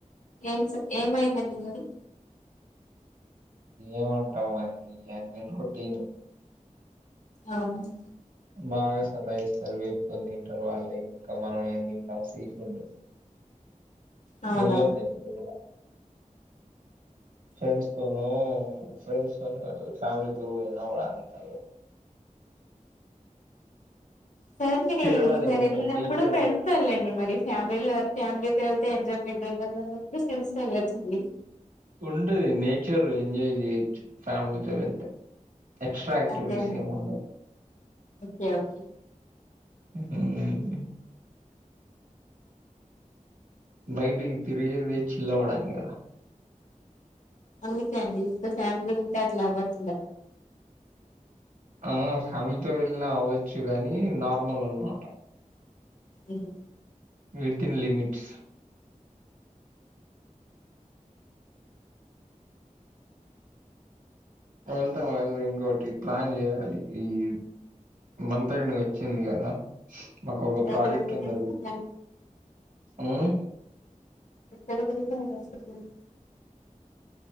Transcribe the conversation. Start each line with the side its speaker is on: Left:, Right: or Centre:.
Left: ఏం స ఏమైందండి మరి
Right: ఏమంటాం అండి ఇవ్వన్ని రొటీన్
Left: అవునండి
Right: బాగా సతాయిస్తారు వేపుకొని తింటారు వాళ్ళే ఇంకా మనమేం తింటాం సి వద్దు,
Left: అవునా
Right: వెళ్లొద్దు ఎపుడు కూడా ఫ్రెండ్స్ తోనూ ఫ్రెండ్స్ తో వెళ్లలేను ఫ్యాలీతో పోయినా బానేటదిలే
Left: సరే మరి
Right: తిరగడాలు
Left: ఈసారి
Right: ఏమి ఉండదు
Left: వెళ్ళినప్పుడు
Right: నేచర్
Left: ఫ్రెండ్స
Right: ఎంజాయ్
Left: తో వెళ్ళండి మరి ఫ్యామిలీలో ఫ్యామిలీతో వెళ్తే ఎంజాయ్మెంట్ ఉన్నడదు కాబట్టి ఫ్రెండ్స్ తో వెళ్ళిచానండీ
Right: ఉంటది నేచర్ ఎంజాయ్ చేయొచ్చు ఫ్యామిలీతో వెళ్తే ఎక్స్ట్రా యాక్టివిటీస్
Left: అదే అండి.
Right: ఏముండవు
Left: ఓకే ఓకే
Right: ఉమ్ బయటికి తిరిగేది చిల్ అవ్వడానికి కదా.
Left: అవునులేదండి ఫ్యామిలీ ఉంటెయ్ అట్లా అవ్వదు లే
Right: ఆ ఫ్యామిలీతో వెళ్ళినా అవ్వచ్చు కాని నార్మల్ అనమాట
Left: ఉమ్
Right: వితిన్ లిమిట్స్ వెళ్తాం వెళ్ళాలింకోటి ప్లాన్ చేయాలి ఈ ఇయర్ మంథెండ్ వచ్చింది కదా మాకు ఒక ప్రాజెక్ట్
Left: ఎక్కడుంది
Right: ఉంది
Left: నెక్స్ట్
Right: అది
Left: ప్లాన్
Right: ఉమ్
Left: ఎక్కడికెళ్లినా ఎ హాస్పిటల్